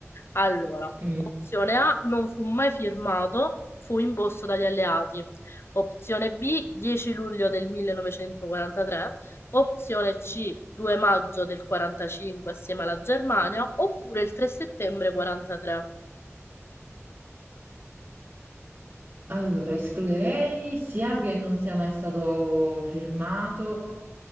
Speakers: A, on the left; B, on the right.
A: Allora,
B: mm.
A: opzione A non fu mai firmato, fu imposto dagli alleati. Opzione B dieci luglio del 1943, opzione C due maggio del 45 assieme alla Germania, oppure il 3 settembre 43.
B: Allora, escluderei sia che non sia mai stato firmato